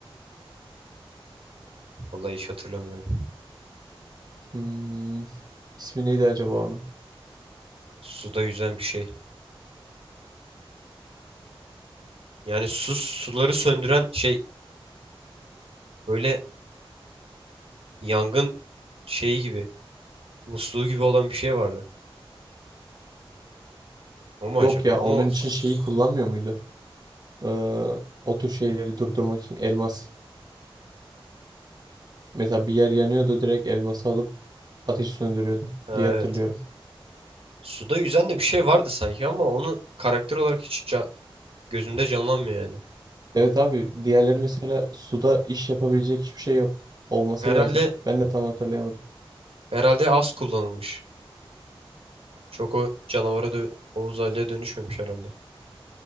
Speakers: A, on the right (about 80°); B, on the right (about 45°).
A: Vallahi hiç hatırlamıyorum.
B: Hmm, ismi neydi acaba onun?
A: Suda yüzen bir şey. Yani su suları söndüren şey böyle yangın şeyi gibi. Musluğu gibi olan bir şey vardı. O mu
B: Yok
A: acaba?
B: ya onun
A: Ama o...
B: için
A: s-
B: şeyi kullanmıyor muydu? Ee, o tür şeyleri durdurmak için elmas. Mesela bir yer yanıyordu direkt elması alıp ateşi söndürüyordu
A: Ha,
B: diye hatırlıyorum.
A: evet. Suda yüzen de bir şey vardı sanki ama onu karakter olarak hiç ca- gözümde canlanmıyor yani.
B: Evet abi diğerleri mesela suda iş yapabilecek hiçbir şey yok. Olması
A: Herhalde
B: lazım. Ben de tam hatırlayamadım.
A: herhalde az kullanılmış. Çok o canavara dö o uzaylıya dönüşmemiş herhalde.